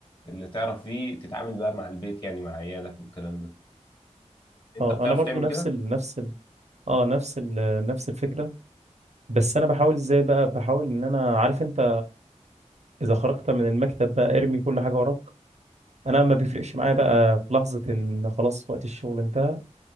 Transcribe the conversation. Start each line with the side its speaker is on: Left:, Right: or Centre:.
Left: اللي تعرف فيه تتعامل بقى مع البيت يعني مع عيالك والكلام ده انت
Right: اه
Left: بتعرف
Right: انا برضو
Left: تعمل
Right: نفس
Left: كده
Right: ال... نفس ال... اه نفس ال... نفس الفكره بس انا بحاول ازاي بقى بحاول ان انا عارف انت اذا خرجت من المكتب بقى ارمي كل حاجه وراك انا ما بيفرقش معايا بقى في لحظه ان خلاص وقت الشغل انتهى